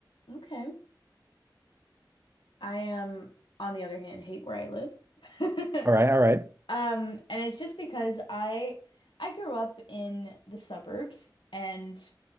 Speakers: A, on the left (about 85°); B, on the right (about 30°).
A: Okay. I um on the other hand hate where I live. <laughs>
B: All right, all right.
A: Um, and it's just because I I grew up in the suburbs and